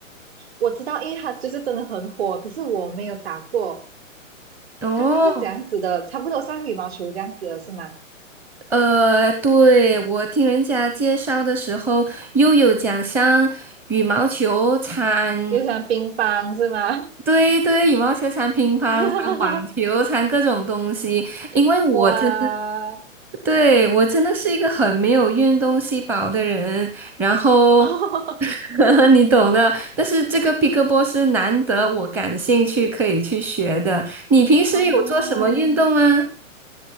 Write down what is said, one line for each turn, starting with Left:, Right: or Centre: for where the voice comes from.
Right: 我知道，因为它就是真的很火，可是我没有打过。
Centre: 哦，
Right: 它它是怎样子的？差不多像羽毛球这样子的是吗？
Centre: 呃，对，我听人家介绍的时候，又有讲像羽毛球掺，
Right: 又像乒乓是吗？
Centre: 对对，羽毛球掺乒乓、
Right: <laughs>
Centre: 掺网球、掺各种东西。因为我真
Right: 哇，<laughs>
Centre: 对，我真的是一个很没有运动细胞的人，然后
Right: 哦
Centre: <laughs> 你懂的。但是这个 p 克波是难得我感兴趣可以去学的。你平时有做什么运动吗？
Right: 哦